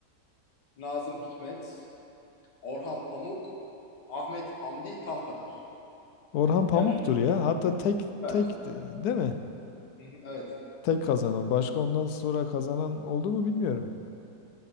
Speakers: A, on the left; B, on the left.
A: Nazım Hikmet, Orhan Pamuk, Ahmet Hamdi Tanpınar.
B: Orhan Pamuk'tur
A: Yani
B: ya. Hatta tek
A: evet.
B: tek e, değil mi?
A: Hı hı, Evet.
B: Tek kazanan. Başka ondan sonra kazanan oldu mu bilmiyorum.